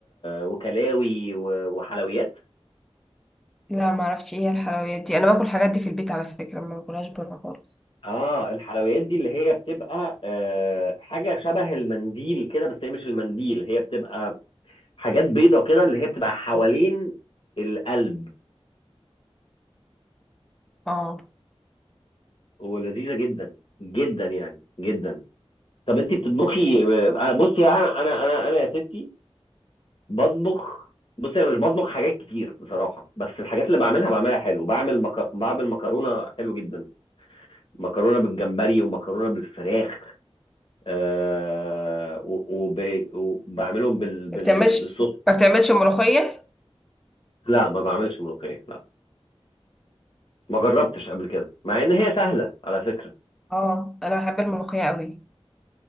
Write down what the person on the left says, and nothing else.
وكلاوي و... وحلويات
اه الحلويات دي اللي هي بتبقى آه حاجه شبه المنديل كده بس هي مش المنديل هي بتبقى حاجات بيضه كده اللي هي بتبقى حوالين القلب
ولذيذه جدا جدا يعني جدا طب انت بتطبخي انا بصي انا انا انا انا يا ستي بطبخ بص انا مش بطبخ حاجات كتير بصراحه بس الحاجات اللي بعملها بعملها حلو بعمل مك... بعمل مكرونه حلو جدا مكرونه بالجمبري ومكرونه بالفراخ آه... و... وب... وبعملهم بال... بال...
بالصوص
لا ما بعملش ملوخيه لا ما جربتش قبل كده مع ان هي سهله على فكره